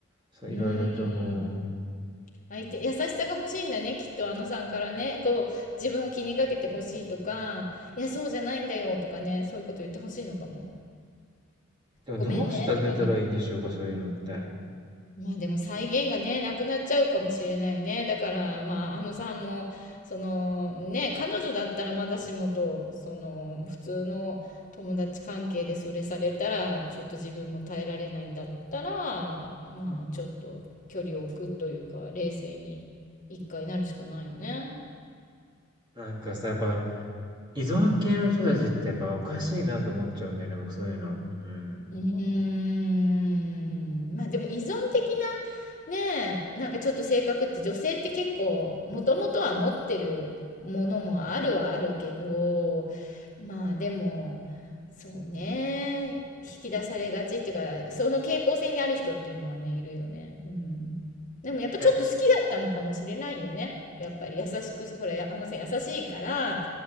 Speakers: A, on the right; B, on the left.
A: そう、
B: うーん。
A: いろいろともう。
B: 相手、優しさが欲しいんだね、きっとあのさんからね。こう、自分を気にかけて欲しいとか、いや、そうじゃないんだよとかね、そういうこと言って欲しいのかも。
A: でもどうしてあげたらいいんでしょうか、
B: ごめんねとかね。
A: そういうのって。
B: まあでも再現がね、なくなっちゃうかもしれないよね。だからまあ、あのさんも、そのね、彼女だったらまだしもと、その普通の友達関係でそれされたら、ちょっと自分も耐えられないんだったら、まあちょっと距離を置くというか、冷静に一回なるしかないよね。
A: なんかさ、やっぱ、依存系の人たちってやっぱおかしいなと思っちゃうんだよね、僕そういうの。うん。
B: うーん、まあでも依存的なねえ、なんかちょっと性格って女性って結構もともとは持ってるものもあるはあるけど、まあでも、そうね、引き出されがちっていうか、その傾向性にある人っていうのはね、いるよね。うん。でもやっぱちょっと好きだったのかもしれないよね。
A: え、
B: やっぱり優しく、ほら、やあのさん優しいから、